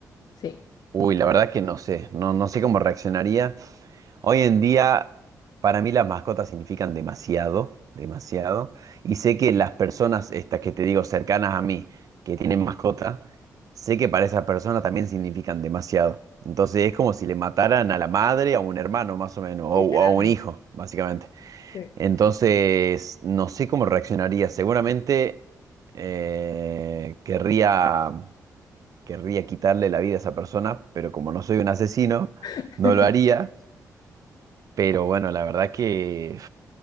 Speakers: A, on the left; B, on the right.
A: Sí.
B: Uy, la verdad que no sé. No, no sé cómo reaccionaría. Hoy en día, para mí las mascotas significan demasiado, demasiado. Y sé que las personas, estas que te digo, cercanas a mí, que tienen mascota, sé que para esas personas también significan demasiado. Entonces es como si le mataran a la madre, a un hermano más o menos, o,
A: Literalmente.
B: o a un hijo, básicamente.
A: Sí,
B: Entonces, no sé cómo reaccionaría. Seguramente eh, querría, querría quitarle la vida a esa persona, pero como no soy un asesino,
A: <laughs>
B: no lo haría. Pero bueno, la verdad que